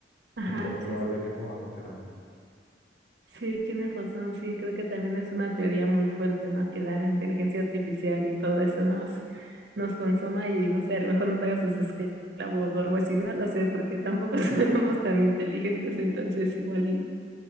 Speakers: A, on the right; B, on the left.
A: ajá,
B: es poco
A: sí,
B: probable que podamos hacer algo.
A: Sí, tienes razón, sí, creo que también es una teoría muy fuerte, ¿no? Que la inteligencia artificial y todo esto nos, nos consuma y no sé, a lo mejor nos haga sus esclavos o algo así, no lo sé, porque tampoco <laughs> somos tan inteligentes, entonces igual y,